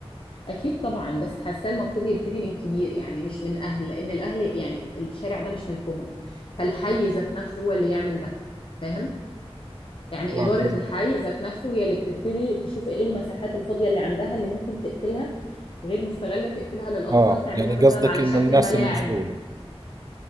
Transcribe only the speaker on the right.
آه،
قصد-
آه
يعني
قصدك
إنه
الناس
المسؤولة